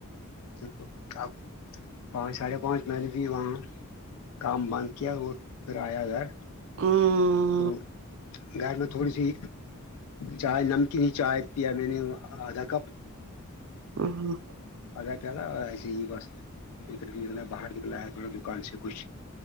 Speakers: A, on the left; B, on the right.
A: تو <unintelligible> پانچ ساڑھے پانچ م نے بھی وہاں کام بند کیا اور پھر آیا گھر
B: ہ
A: تو گھر میں تھوڑی سی چائے نمکینی چائے کیا میں نے آدھا کپ
B: ا ہاں
A: آ جا کیا نا ایسے ہی بسر نکلا ہے باہر نکلا ہے تھوڑا دکان سے کچھ